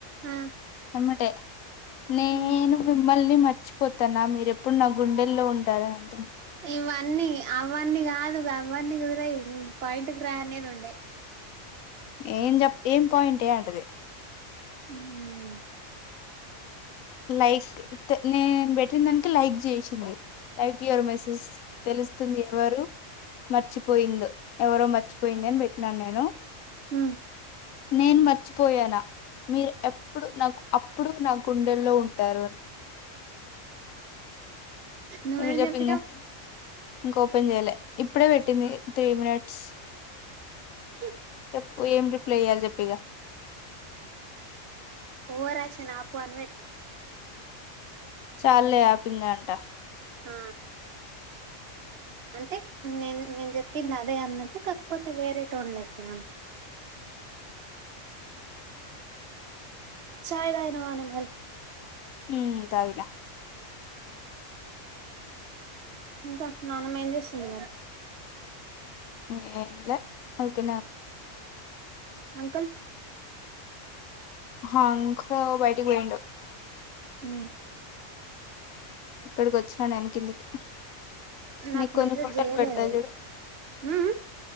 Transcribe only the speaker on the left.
యమ్మటే నేను
మిమ్మల్ని మర్చిపోతాన మీరు ఎప్పుడు నా గుండెల్లో ఉంటారంట
ఏం ఏం పాయింట్ ఏ అంటది
లైక్ నేను పెట్టిన దానికి లైక్ చేయి లైట్ <unintelligible> మెసేజ్ తెలుస్తుంది ఎవరు మర్చిపోయిందొ ఎవరో మర్చిపోయింది అని పెట్టినాను నేను
నేను మర్చిపోయాన మీరు ఎప్పుడు నాకు అప్పుడు న లో ఉంటరు
<unintelligible>
ఓపన్ చేయాల ఇప్పుడే పెటింది త్రీ మినట్స్
చెప్పు ఏం రిప్లై ఇయ్యాలి చెప్పు ఇగ
చాలే ఆపు ఇంగ అంట
ఉ తాగుత
<unintelligible> ఉంది
<unintelligible> బయటికి పోయిండు
ఇక్కడికి వచ్చిన నేను కిందికి
నీకు కొన్ని
ఫోటోలు
పెడత
చూడు